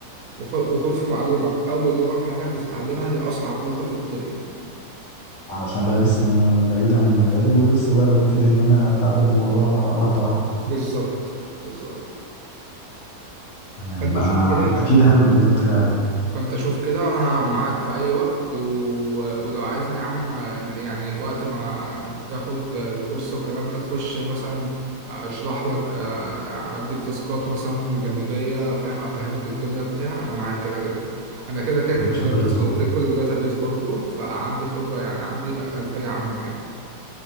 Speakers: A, on the right; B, on the left.
A: وخ- وخد في معلومك اول لغه في حياتك بتتعلمها دي اصعب لغه في الدنيا
B: علشان بقى لسه انا بعيد عن المجال ولسه بقى ببتدي ان انا اتعلم الموضوع واحده واحده
A: بالظبط بالظبط
B: تمام
A: فانت
B: انا
A: شوف كده
B: اكيد هعمل اللي انت قلت لي عليه
A: فانت شوف كده وانا معاك في اي وقت و... ولو عايزني يا عم يعني وقت ما تاخد الكورس والكلام ده تخش مثلا اشرح لك أ- اديك تاسكات مثلا جانبية فاهم افهمك الدنيا بتاع انا معاك كده كده انا كده كده كنت
B: يا باشا
A: دارس
B: كلك ذوق
A: تكوين وداتابيس برضو فعندي خبرة يعني عندي خلفية عنهم يعني